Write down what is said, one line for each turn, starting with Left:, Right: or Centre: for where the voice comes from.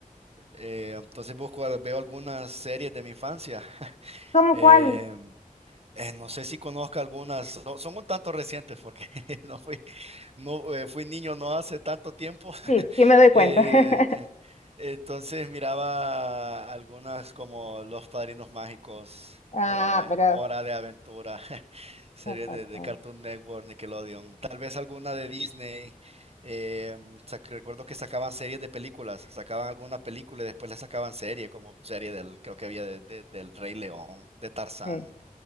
Right: Eh, entonces busco, veo algunas series de mi infancia. <laughs>
Left: ¿Cómo
Right: Eh,
Left: Eh, cuál?
Right: eh, no sé si conozca algunas, so- son un tanto recientes porque <laughs> no fui, no, eh, fui niño no hace tanto tiempo. <laughs>
Left: Sí, sí me doy cuenta.
Right: Eh,
Left: <laughs>
Right: entonces miraba algunas como Los Padrinos Mágicos,
Left: Ah,
Right: eh,
Left: pero...
Right: Hora de Aventura, <laughs> series
Left: perfecto,
Right: de, de Cartoon Network, Nickelodeon, tal vez alguna de Disney. Eh, sac- recuerdo que sacaban series de películas, sacaban alguna película y después le sacaban serie, como serie del, creo que había de- de- del Rey León, de Tarzán.
Left: Sí.